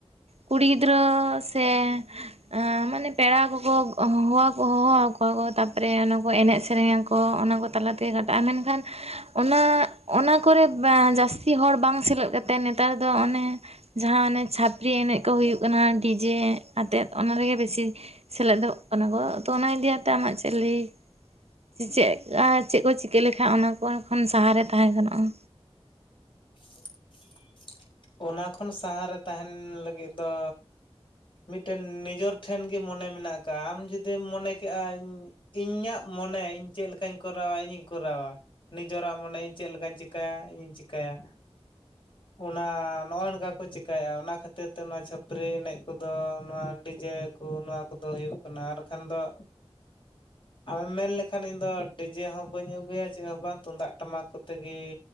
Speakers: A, on the right; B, on the left.
A: ᱠᱩᱲᱤ ᱜᱤᱫᱽᱨᱟᱹ ᱥᱮ ᱮ ᱢᱟᱱᱮ ᱯᱮᱲᱟ ᱠᱚᱠᱚ ᱦᱚᱦᱚᱣᱟ ᱠᱚ ᱦᱚᱦᱚᱣᱟ ᱠᱚᱣᱟ ᱠᱚ ᱛᱟ <unintelligible> ᱮᱱᱮᱡ ᱥᱮᱨᱮᱧ ᱟᱠᱚ ᱚᱱᱟ ᱠᱚ ᱛᱟᱞᱟ ᱛᱮᱜᱮ ᱠᱟᱴᱟᱜᱼᱟ ᱢᱮᱱᱠᱷᱟᱱ ᱚᱱᱟ ᱚᱱᱟ ᱠᱚᱨᱮ ᱡᱟᱹᱥᱛᱤ ᱦᱚᱲ ᱵᱟᱝ ᱥᱮᱞᱮᱫ ᱠᱟᱛᱮ ᱱᱮᱛᱟᱨ ᱫᱚ ᱚᱱᱮ ᱡᱟᱦᱟ ᱚᱱᱮ ᱪᱷᱟᱹᱯᱨᱤ ᱮᱱᱮᱡ ᱠᱚ ᱦᱩᱭᱩᱜ ᱠᱟᱱᱟ ᱰᱤᱡᱮ ᱟᱛᱮᱜ ᱚᱱᱟ ᱨᱮᱜᱮ ᱵᱮᱥᱤ ᱥᱮᱞᱮᱫᱚᱜ ᱠᱟᱱᱟ ᱠᱚ ᱛᱚ ᱚᱱᱟ ᱤᱫᱤᱭᱟᱛᱮ ᱟᱢᱟᱜ ᱪᱮᱫ ᱞᱟᱹᱭ? <unintelligible> ᱪᱮᱫᱠᱟ ᱪᱮᱫ ᱠᱚ ᱪᱤᱠᱟᱹ ᱞᱮᱠᱷᱟᱱ ᱚᱱᱟ ᱠᱚ ᱠᱷᱚᱱ ᱥᱟᱦᱟᱨᱮ ᱛᱟᱦᱮᱸ ᱜᱟᱱᱚᱜᱼᱟ?
B: <inaudible> ᱚᱱᱟ ᱠᱷᱚᱱ ᱥᱟᱦᱟᱨᱮ ᱛᱟᱦᱮᱱ ᱞᱟᱹᱜᱤᱫ ᱫᱚ ᱢᱤᱫᱴᱮᱱ ᱱᱤᱡᱚᱨ ᱴᱷᱮᱱ ᱜᱮ ᱢᱚᱱᱮ ᱢᱮᱱᱟᱜ ᱠᱟᱜᱼᱟ ᱟᱢ ᱡᱩᱫᱤᱢ ᱢᱚᱱᱮ ᱠᱮᱜᱼᱟ ᱤᱧ ᱤᱧᱟᱹᱜ ᱢᱚᱱᱮ ᱤᱧ ᱪᱮᱫ ᱞᱮᱠᱟᱧ ᱠᱚᱨᱟᱣᱟ ᱤᱧᱤᱧ ᱠᱚᱨᱟᱣᱟ ᱾ ᱱᱤᱡᱚᱨᱟᱜ ᱢᱟᱱᱮ ᱤᱧ ᱪᱮᱫ ᱞᱮᱠᱟᱧ ᱪᱤᱠᱟᱹᱭᱟ ᱤᱧᱤᱧ ᱪᱤᱠᱟᱹᱭᱟ ᱚᱱᱟ ᱱᱚᱜᱼᱚᱭ ᱱᱚᱝᱠᱟ ᱠᱚ ᱪᱤᱠᱟᱭᱟ ᱚᱱᱟ ᱠᱷᱟᱹᱛᱤᱨ ᱛᱮ ᱱᱚᱣᱟ ᱪᱷᱟᱹᱯᱨᱤ ᱮᱱᱮᱡ ᱠᱚᱫᱚ ᱱᱚᱣᱟ ᱰᱤᱡᱮ ᱠᱚ ᱱᱚᱣᱟ ᱠᱚᱫᱚ ᱦᱩᱭᱩᱜ ᱠᱟᱱᱟ ᱟᱨᱠᱷᱟᱱ ᱫᱚ ᱟᱢᱮᱢ ᱢᱮᱱ ᱞᱮᱠᱷᱟᱱ ᱤᱧᱫᱚ ᱰᱤᱡᱮ ᱦᱚᱸ ᱵᱟᱹᱧ ᱟᱹᱜᱩᱭᱟ ᱪᱮᱫ ᱦᱚᱸ ᱵᱟᱝ ᱛᱩᱢᱫᱟᱜ ᱴᱟᱢᱟᱠ ᱠᱚᱛᱮᱜᱮ